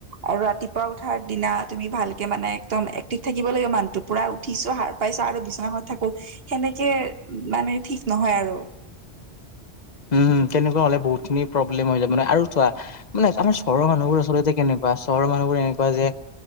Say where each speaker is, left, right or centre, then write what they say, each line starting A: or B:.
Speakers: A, on the right; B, on the left.
A: আৰু ৰাতিপুৱা উঠাৰ দিনা তুমি ভালকে মানে একদম এক্টিভ থাকিব লাগে মানুহটোক পুৰা উঠিছো সাৰ পাইছো আৰু বিচনাখনত থাকো সেনেকে মানে ঠিক নহয় আৰু
B: উমম তেনেকুৱা হ'লে বহুতখিনি প্ৰব্লেম হৈ যায় মানে আৰু চোৱা মানে আমাৰ চহৰ মানুহবোৰ আচলতে কেনেকুৱা চহৰ মানুহবোৰ এনেকুৱা যে